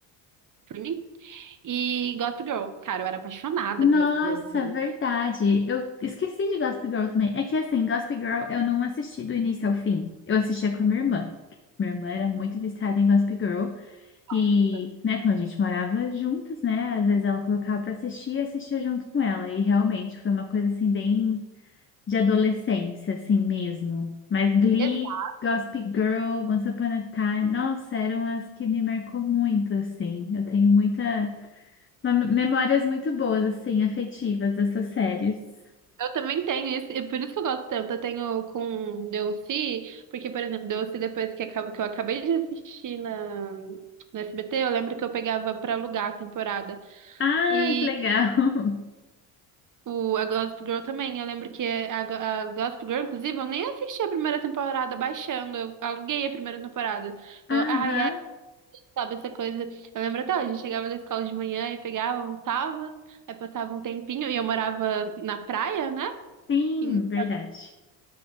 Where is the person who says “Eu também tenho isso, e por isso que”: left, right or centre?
Right